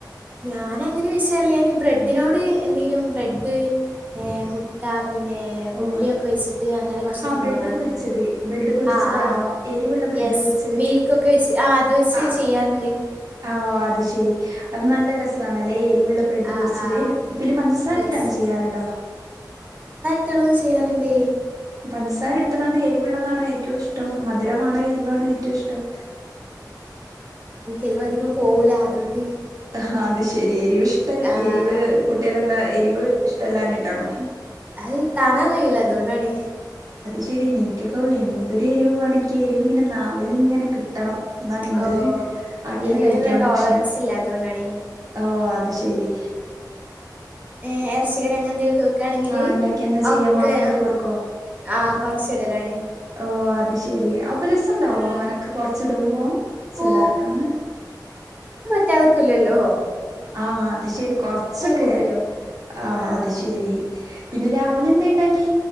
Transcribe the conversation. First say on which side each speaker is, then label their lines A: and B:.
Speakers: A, on the right; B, on the right.
A: ഞാന അങ്ങനെ വിച്ചാല് ഞാൻ ബ്രെഡിനോട് എന്തെങ്കിലും ബ്രെഡ് ഏ മുട്ട പിന്നെ
B: ഓ
A: ഉള്ളിയൊക്കെ
B: അതെ
A: വെച്ചിട്ട് അങ്ങനെ കുറച്ച്
B: ആ
A: സംഭവങ്ങളൊക്കെയാണ്
B: ബ്രെഡ് പൊരിച്ചത് ബ്രെഡ് പൊരിച്ചതാണോ
A: ആ ആ
B: എരിവുള്ള ബ്രെഡ്
A: യെസ്
B: പൊരിച്ചത്
A: മിൽക്കൊക്കെ വെച്ച് ആ അത് വെച്ച്
B: ആ
A: ചെയ്യാറുണ്ട്
B: ആഹ് അത് ശെരി അത് നല്ല രസണല്ലേ എരിവുള്ള ബ്രെഡ്
A: ആഹ്
B: പൊരിച്ചത്
A: ആഹ്
B: പിന്നെ പഞ്ചസാര
A: യെസ്
B: ഇട്ടാണ്ട് ചെയ്യാറുണ്ടോ
A: ഇട്ടിട്ടുള്ളതും ചെയ്യാറണ്ട്
B: പഞ്ചസാര ഇട്ടതാണ് എരിവെള്ളതാണ് ഏറ്റവും ഇഷ് ടം മധുരമാണോ എരിവാണോ ഏറ്റവും ഇഷ്ടം
A: എരിവധികം പോവൂല അതോണ്ട്
B: ഹാ അതുശരി എരിവിഷ്ടൽ
A: ആഹ്
B: എരിവ് കുട്ടിയാലന്താ എ വ് ഇഷ്ട്ടല്ലാഞ്ഞിട്ടാണോ
A: അത് താങ്ങാൻ കഴിയൂല ഡോണ്ടാണ്
B: ശരി നിൻക്കൊക്കെന്തൊരു എരിവ് വേണനിക്ക് നാവിലിങ്ങനെ കിട്ടണം അതാണ് എന്റെ
A: ഓഹ്
B: അങ്ങനെ
A: എരിവിനുള്ള
B: കഴിക്കണം
A: ടോളറൻസ്
B: ഭക്ഷണം
A: ഇല്ലാത്തോണ്ടാണ്
B: ഓ അത് ശരി
A: ഏ എറച്ചികറി അങ്ങനെ എന്തെലൊക്കെ വെക്കാണെങ്കിൽ
B: ഇണ്ടാക്കിയ എന്താ ചെയ്യാ
A: ഒക്കെ
B: മൊളക് പൊടി കൊറക്കോ
A: ആ കൊറച്ച്ടലാണ്
B: ഓ അത് ശെരി അപ്പൊ രസണ്ടാവോ
A: ആഹ്
B: അങ്ങനൊക്കെ കൊറച്ടുമ്പോ ചെലർക്കാങ്ങന
A: ഓ ല്ലാതകൂലല്ലോ
B: ആ അത് ശരി കൊർച്ചൊക്കെ
A: കൂട്ടല്ലോ.
B: ആ
A: ആഹ്
B: അത് ശരി പിന്നെ രാവിലെന്തെണ്ടാ കി